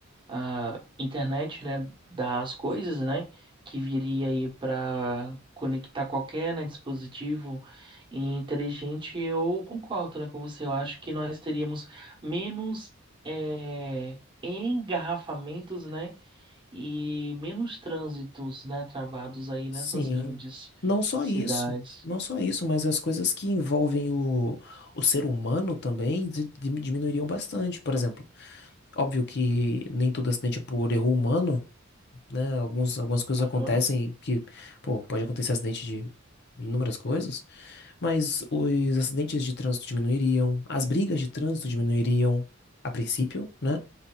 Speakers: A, on the right; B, on the left.
A: à internet, né, das coisas, né, que viria aí para conectar qualquer, né, dispositivo inteligente, eu concordo, né, com você. Eu acho que nós teríamos menos eh, engarrafamentos, né? e menos trânsitos, né, travados aí
B: Sim.
A: nessas grandes
B: Não só
A: cidades.
B: isso, não só isso, mas as coisas que envolvem o, o ser humano também di- di- diminuiriam bastante. Por exemplo, Óbvio que nem todo acidente é por erro humano, né? Alguns, algumas coisas
A: Aham.
B: acontecem que, pô, pode acontecer acidente de inúmeras coisas, mas os acidentes de trânsito diminuiriam, as brigas de trânsito diminuiriam, a princípio, né?